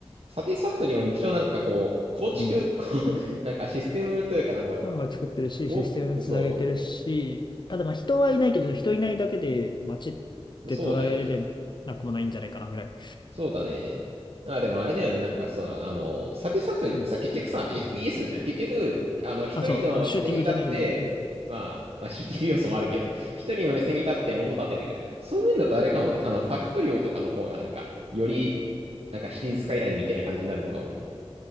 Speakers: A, on the right; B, on the left.
A: サティスファクトリーは一応なんかこう、構築、
B: うん。
A: こう <laughs> なんかシステムというかなんだろ
B: ファンが作ってるし、
A: う。
B: システムつなげてるし、
A: お、そ
B: ただまあ人はいないけど、人いないだけで街っ
A: う、
B: て捉えれなくもないんじゃないかなぐらい。
A: そうだよね。そうだね。あ、でもあれだよね。なんかさ、あの、サティスファクトリーってさ、
B: うん。
A: 結局さ、FPS じゃん。結局、あの、一人の視点に立って、
B: あ、そう、まあシューティングじゃないけど、
A: まあ、まあ、シューティング要素もあるけど、一人の目線に立って物立てていくじゃん。そういう面だとあれかもね。あの、ファクトリオとかの方がなんか、より、なんかシリーズスカイラインみたいな感じになるのかもね。